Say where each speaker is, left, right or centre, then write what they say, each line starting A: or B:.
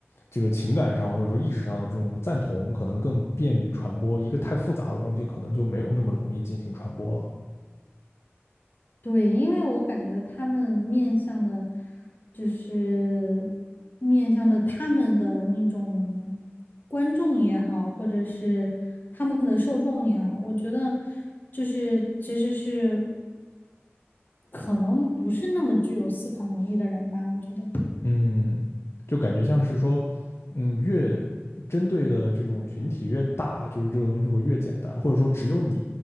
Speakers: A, on the left; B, on the left.
A: 这个情感上或者说意识上的这种赞同，可能更便于传播。一个太复杂的东西，可能就没有那么容易进行传播了。
B: 对，因为我感觉他们面向的，就是面向的他们的那种观众也好，或者是他们的受众也好，我觉得就是其实是。可能不是那么具有思考能力的人吧，我觉得。
A: 嗯，就感觉像是说，嗯，越针对的这种群体越大，就是这个东西就会越简单，或者说只有你，